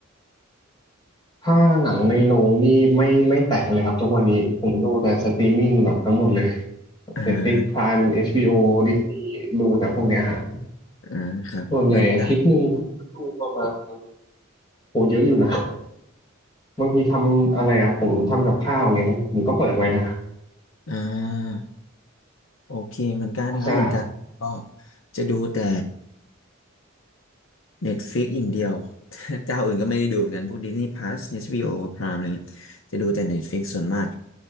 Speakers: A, on the left; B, on the left.
A: ถ้าหนังในโรงนี่ไม่ไม่แตะเลยครับทุกวันนี้ผมดูแต่สตรีมมิ่งแบบทั้งหมดเลย
B: อ่า
A: Netflix Prime HBO Disney ดูแต่พวกเนี้ยฮะ
B: อ่าครับเหมือนกัน
A: ส่วนใหญ่อาทิตย์หนึ่งผมดูประมาณโหเยอะอยู่นะบางทีทำอะไรอ่ะผมทำกับข้าวเงี้ยครับผมก็เปิดไว้นะ
B: อ่าโอเคเหมือนกันนะครับเหมือนกันก็
A: ใช่
B: จะดูแต่ เน็ตฟิกอย่างเดียว <laughs> เจ้าอื่นก็ไม่ได้ดูเหมือนกันพวก Disney Plus HBO Prime อะไรเงี้ยจะดูแต่ Netflix ส่วนมาก